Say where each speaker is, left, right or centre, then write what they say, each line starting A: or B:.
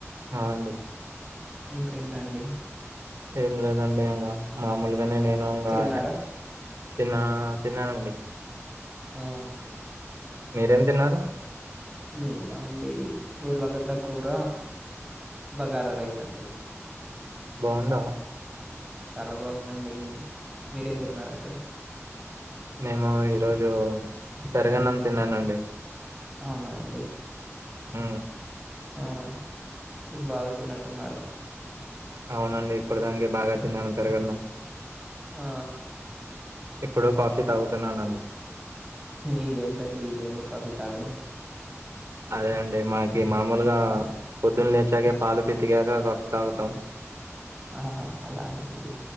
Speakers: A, on the right (about 65°); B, on the right (about 15°).
A: ఆ అండి
B: ఇంకేంటండి
A: ఏం లేదండి ఇంకా మామూలుగానే నేను ఇంగా
B: తిన్నారా
A: తిన్నా తిన్నానండి
B: ఆ
A: మీరేం తిన్నారు
B: మీమా అండి ఊర్లగడ్డ కూర బగారా రైస్ అండి
A: బాగుందా
B: చాలా బాగుందండి మీరేం తిన్నరండి
A: మేము ఈరోజు పెరగన్నం తిన్నానండి
B: అవునా అండి
A: ఉ
B: ఆ ఉబ్ బాగా తిన్నట్టున్నారు
A: అవునండి ఇప్పుడు దానికి బాగా తిన్నాను పెరుగు అన్నం
B: ఆ
A: ఇప్పుడు కాఫీ తాగుతున్నాన్
B: ఇదేంటండి ఈ టైమ్ లో కాఫీ తాగడం
A: అదే అండి మనకి మామూలుగా పొద్దున్నే లేేచ్చాక పాలు పితిగాక కాఫీ తాగుతాం
B: ఆహా అలానా అండి